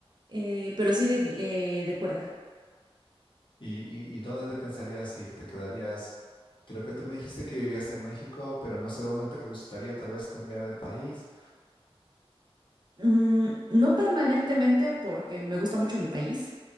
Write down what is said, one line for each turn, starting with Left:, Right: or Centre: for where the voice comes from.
Right: Eh, pero sí de, eh, de cuerda.
Left: ¿Y, y, y dónde te pensarías ir? ¿Te quedarías? Creo que tú me dijiste que vivías en México, pero no sé dónde te gustaría tal vez cambiar de país.
Right: Mm, no permanentemente porque me gusta mucho mi país,